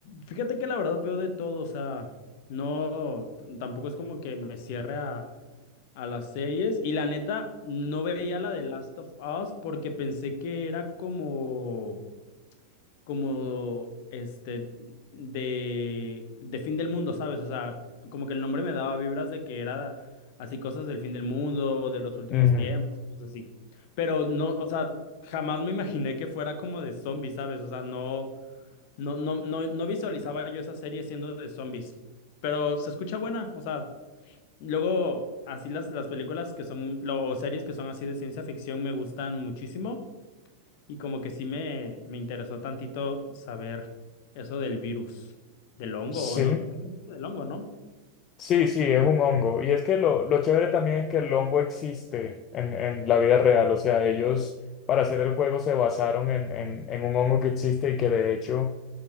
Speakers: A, on the left (about 50°); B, on the left (about 30°).
A: fíjate que la verdad veo de todo, o sea, no, tampoco es como que me cierre a a las series y la neta no veía la de Last of Us porque pensé que era como como este de de fin del mundo, ¿sabes? O sea, como que el nombre me daba vibras de que era así cosas del fin del mundo, de los últimos
B: Ujú.
A: tiempos, cosas así. Pero no, o sea, jamás me imaginé que fuera como de zombies, ¿sabes? O sea, no no no no no visualizaba yo esa serie siendo de zombies. Pero se escucha buena, o sea, Luego, así las, las películas que son, lo- o series que son así de ciencia ficción me gustan muchísimo y como que sí me, me interesó tantito saber eso del virus, del hongo,
B: Sí.
A: o ¿no? ¿Qué me dijiste del hongo, no?
B: Sí, sí, es un hongo. Y es que lo, lo chévere también es que el hongo existe en, en la vida real. O sea, ellos para hacer el juego se basaron en, en, en un hongo que existe y que de hecho